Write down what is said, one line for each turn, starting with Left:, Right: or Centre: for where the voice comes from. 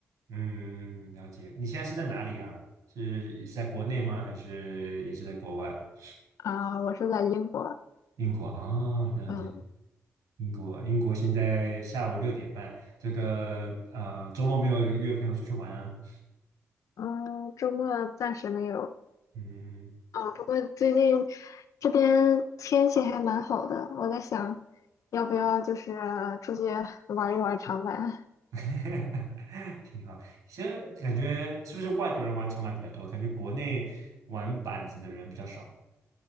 Right: 嗯，了解。你现在是在哪里啊？是是在国内吗？还是也是在国外？
Left: 啊，我是在英国，
Right: 英国啊，哦了解。
Left: 嗯
Right: 英国，英国现在下午六点半。这个呃，周末没有约朋友出去玩啊？
Left: 嗯，周末暂时没有
Right: 嗯，
Left: 啊，不过最近这边天气还蛮好的，我在想要不要就是出去玩一玩长板。
Right: <laughs> 挺好。其实感觉是不是外国人玩长板比较多？感觉国内玩板子的人比较少。